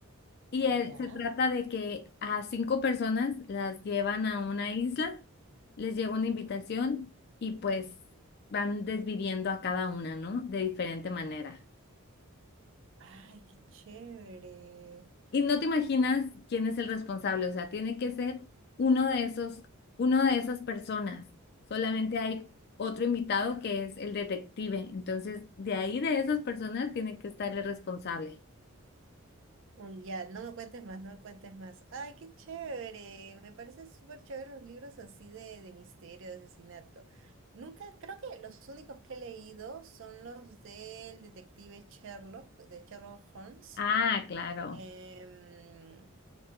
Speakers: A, on the left; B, on the right.
A: Y él,
B: Ya.
A: se trata de que a cinco personas las llevan a una isla, les llega una invitación y pues van desviviendo a cada una, ¿no? De diferente manera.
B: Ay, qué chévere.
A: Y no te imaginas quién es el responsable, o sea, tiene que ser uno de esos, uno de esas personas. Solamente hay otro invitado que es el detective. Entonces, de ahí de esas personas tiene que estar el responsable.
B: Uy, ya, no me cuentes más, no me cuentes más. Ay, qué chévere. Me parece súper chévere los libros así de, de misterio, de asesinato. Nunca, creo que los únicos que he leído son los del detective Sherlock, de Sherlock Holmes.
A: Ah, claro.
B: em,